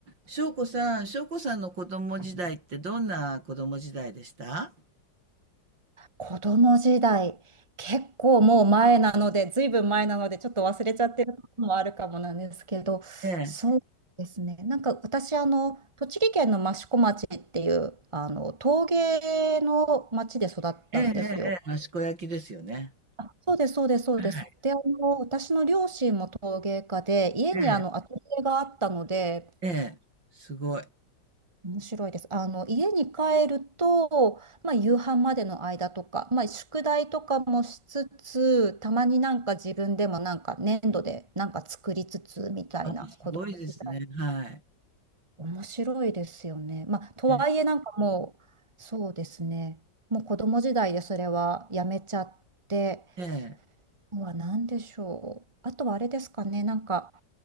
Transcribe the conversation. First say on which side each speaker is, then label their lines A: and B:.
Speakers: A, on the right; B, on the right.
A: 翔子さん、翔子さんの子供時代ってどんな子供時代でした
B: 子供時代、結構もう前なので、ずいぶん前なので、ちょっと忘れちゃってることもあるかもなんですけど、
A: ええ、
B: そうですね。なんか私、あの、栃木県の益子町っていう、あの、陶芸の町で育ったんですよ。
A: ええ、ええ、益子焼きですよね。
B: あ、そうです、そうです、そうです。
A: はい。
B: で、あの、私の両親も陶芸家で、家にあの、
A: え
B: アトリエがあったので、
A: え、ええ、すごい。
B: 面白いです。あの、家に帰ると、まあ、夕飯までの間とか、まあ、宿題とかもしつつ、たまになんか自分でもなんか粘土でなんか作りつつみたいなことみたい。
A: あ、すごいですね。はい。
B: 面白いですよね。まあ、とはいえなんかもう、
A: ええ、
B: そうですね。もう子供時代でそれはやめちゃって、
A: ええ、
B: うわ、なんでしょう。あとはあれですかね、なんか、